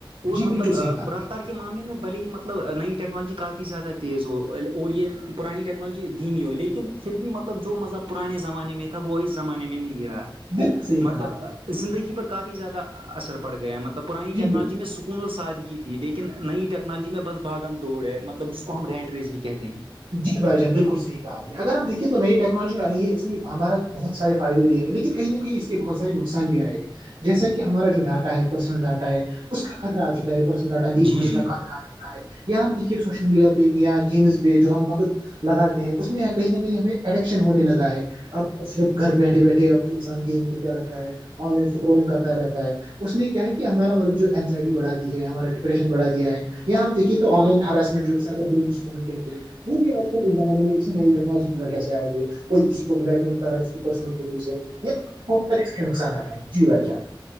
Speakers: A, on the right; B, on the right.
A: اور
B: جی بالکل
A: مطلب
B: صحیح کہا آپ
A: رفتار
B: نے
A: کی معاملے میں بل مطلب نئی ٹیکنالوجی کافی زیادہ تیز ہو اور یہ پرانی ٹیکنالوجی ہو لیکن پھر بھی مطلب جو مذہب پرانے زمانے میں وہ اس زمانے میں نہیں گ رہا
B: بالکل صحیح کہا
A: مطلب
B: آپ نے جی
A: زندگی پر کافی زیادہ اثر پڑ گیا مطلب پرانی ٹیکنالوجی
B: بالکل
A: میں کن اور سادگی تھی لیکن نئی ٹیکنالوجی میں بس باغم دوڑ ہے مطلب جس کو ہم ریٹریز بھی کہتے ہیں
B: جی بائی جان بالکلح آپ نے اگر ہم دیکے تو ن ٹیکنالجی آئی ہے اسے ہمارا بہت سارے فائدے دیےیں گے لیکن کہ نہ کہیں اس کے بہت سارے نقصان بھی آئے ہیں جیسا کہ ہمارا جو ڈاٹا ہے پرسنل ڈاٹا ہے اس کا خطرہ آ چکا ہے سن ڈاٹا لیکنے
A: جی جی
B: کا قدر آکا ہے یا ہم دیکھیے سوشل میڈیا پہ یا گیمز پہ جو ہم وقت لگاتے ہیں اس میں کہیں نہ کہیں ہمیں ایڈکشن ہونے لگا ہے اب صرف گھر بیٹھے بیٹھے اب انسان گیم کھیلتا رہتا ہے آن لائن اسکرولنگ کرتا رہتا ہے اس نے کیا ہے کہ ہمارا مطلب جو انینزائٹی بڑھا دی ہے ہمارا ڈپریشن بڑا دیا ہے اں ہمیکھیے تو آن لائن ہرسمنٹ جو سبر ب ہم کہتے وہ بھی آج کل کے زمانے میں اسی نئی ٹیکنالوجی کی وجہ سے آئی ہے کوئی کسی کو بلیک میل کرا اس کی وس ہے یہ بہت کے نقصانات ہیں جی بھائی جان